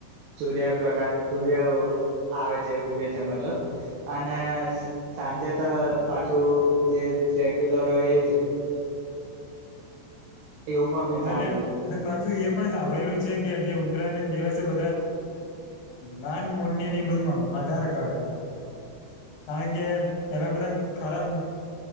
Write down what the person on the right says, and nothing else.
સૂર્ય પ્રકાશ સૂર્ય આવે છે ઉગે છે મતલબ અને સાંજે તો પાછું જે રેગ્યુલર હોય એ જ એવું પણ મેં
સાંભળ્યું